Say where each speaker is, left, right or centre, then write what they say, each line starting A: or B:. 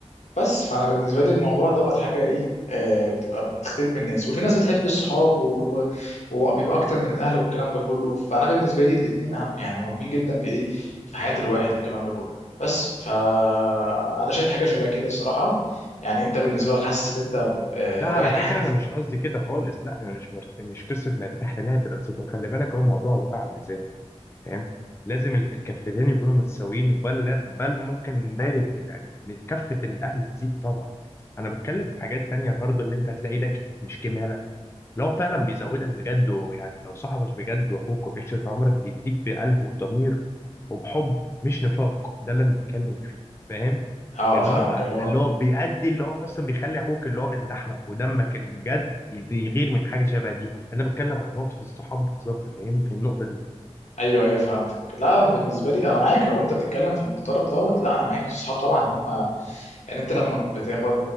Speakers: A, on the left; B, on the left.
A: بس فانا بالنسبه لي الموضوع دوت حاجه ايه آه بتبقى بتختلف من الناس وفي ناس بتحب الصحاب و- و- وبيبقى اكتر من الاهل والكلام ده كله فانا بالنسبه لي الاثنين اهم يعني مهمين جدا في ايه في حياه الواحد والكلام ده كله بس فانا شايف حاجه شبه كده الصراحه يعني انت بالنسبه لك حاسس ان انت آه
B: لا على
A: رايح ناحيه
B: فكره انا مش قصدي كده خالص لا انا مش مرت... مش قصه ما يفتح لنهايه الاصدقاء خلي بالك هو الموضوع عباره عن ميزان فاهم لازم ال- الكفتين يكونوا متساويين بل لا- بل ممكن دايره يعني كفه الاهل تزيد طبعا انا بتكلم في حاجات تانية برضو اللي انت هتلاقي ده ك- مش كماله لو فعلا بيزودك بجد ويعني لو صاحبك بجد واخوك وعشره عمرك بيديك بقلب وضمير وبحب مش نفاق ده اللي أنا بتكلم فيه فاهم
A: اه
B: اللي
A: فاهمك
B: هو
A: اللي هو
B: اللي هو بيأدي اللي هو اصلا بيخلي اخوك اللي هو من لحمك ودمك اللي بجد يت- يغير من حاجه شبه دي انا بتكلم على نقطه الصحاب بالظبط فاهمني في النقطه دي
A: ايوه ايوه فهمتك لا انا بالنسبه لي انا معاك لو انت بتتكلم في المنطلق دوت لا انا معاك الصحاب طبعا هم يعني انت لما بتغب...